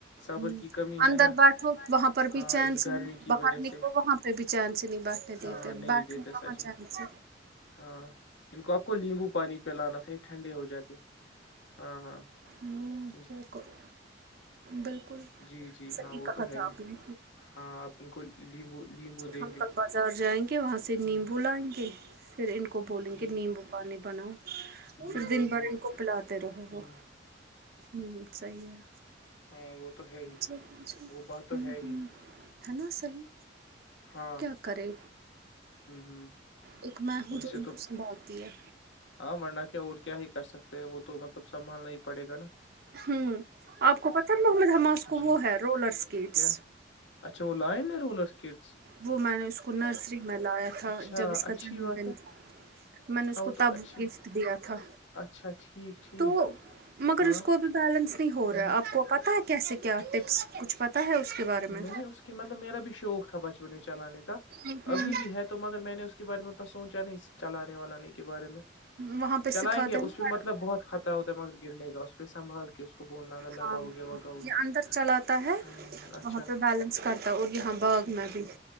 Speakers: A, on the left (about 80°); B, on the right (about 55°).
A: صبر
B: ہم
A: کی کمی
B: اندر
A: ہے نا
B: بیٹھو وہاں پر بھی
A: ہاں
B: چین
A: اس
B: سے
A: گرمی کی
B: باہر
A: وجہ
B: نکلو
A: سے
B: وہاں کوئی بھی چانس نہیں بیٹھنے کی
A: ہاں
B: تو
A: نہیں
B: بیٹھنے
A: دیتے
B: کا
A: سچ
B: چانس
A: میں ہاں ان کو آپ کو نمبو پانی پہلانا تھا ٹھنڈے ہو جاتے ہاں ہاں نہیں
B: ہوں کیا کر بالکل
A: جی جی
B: صحیح
A: ہاں وہ
B: کہا
A: تو ہے
B: تھا
A: ہی
B: اپ نے
A: ہاں آپ ان کو لیمبو لیمبو دیں
B: ہم
A: گے
B: کل بازار جائیں گے وہاں سے نیمبو
A: ہوں
B: لائیں گے پھر ان کو بولیں
A: جی
B: گے نیمبو پانی بناؤ
A: جی
B: پھر
A: جی
B: دن
A: جی
B: بھر ان کو پلاتے رہو
A: ہوں،
B: وہ ہوں صحیح ہے
A: ہاں وہ تو ہے
B: ہ
A: وہ بات تو
B: ہ
A: ہے ہی
B: ہے نا صحیح
A: ہاں
B: کیا
A: ہ
B: کرے
A: ہ
B: ایک میں ہوں جو
A: سے
B: ان
A: تو
B: کو سنبھالتی ہے
A: ہاں مرنا کیا اور کیا ہی کر سکتے ہیں وہ تو مطلب سنبھالنا ہی پڑے گا نا
B: ہوں آپ کو پتا نہ اس کو
A: جی
B: وہ ہے رولر اسکیٹس
A: کیا اچھا وہ لائے نا رولر اسکٹ
B: وہ میں نے اس کو نرسری میں لایا تھا
A: اچھا
B: جب اس
A: اچھی
B: کا جنم
A: بات
B: دن
A: ہے
B: تھا میں نے اس
A: ہاں
B: کو
A: وہ تو
B: تب
A: اچھی
B: گفٹ دیا تھا
A: اچھا ٹھیک ٹھیک
B: تو مگر
A: ہاں
B: اس کو کو بھی بیلنس نہیں
A: ہوں
B: ہو رہا ہے آپ کو پتہ ہے کیسے کیا
A: اچھا
B: ٹپس کچھ پتا ہے اس کے بارے
A: نہیں
B: میں
A: اس مطلب میرا بھی شوق تھا بچپن میں چلانے کا
B: ہوں ہوں
A: ابھی بھی ہے تو مگر میں نے اس کے بارے میں اتنا سوچا نہیں چلانے واللانے کے بارے میں
B: وہاں پہ
A: چلائیں
B: سکھاتے
A: گے اس
B: ہیں
A: پہ متلب مطلب بہت خطرہ ہوتا مگر گرنے کا اس پہ سنبھال کے اس کو بولنا اگر
B: ہاں
A: لگاؤ گے وگاؤ
B: یہ
A: گے
B: اندر چلاتا ہے
A: ہوں اچھا
B: وہاں پہ بیلنس کرتا ہے اور یہاں باغ
A: ٹھیک
B: میں
A: ٹھیک
B: بھی